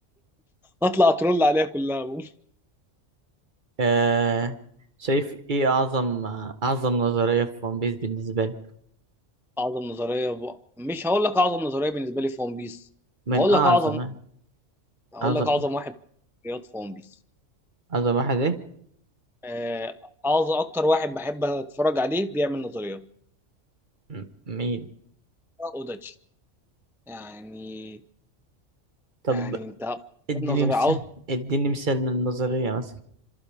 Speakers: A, in the centre; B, on the right.
A: هطلع اترول عليها كلها <laughs>
B: آه، شايف ايه اعظم اعظم نظريه في ون بيس بالنسبه لي
A: اعظم نظريه ب... مش هقول لك اعظم نظريه بالنسبه لي في ون بيس
B: من
A: هقول
B: اعظم
A: لك اعظم هقول
B: اعظم
A: لك اعظم واحد رياض في ون بيس
B: اعظم واحد ايه
A: آه، اعظم اكتر واحد بحب اتفرج عليه بيعمل نظريات
B: مم. مين
A: اوداتشي يعني
B: طب
A: يعني انت
B: اديني
A: نظريه
B: مثال
A: عاوز
B: اديني مثال من النظرية مثلا